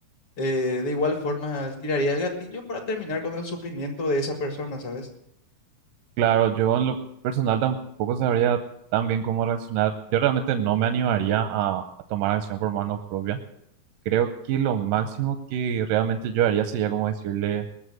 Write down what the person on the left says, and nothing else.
eh, de igual forma tiraría el gatillo para terminar con el sufrimiento de esa persona, ¿sabes?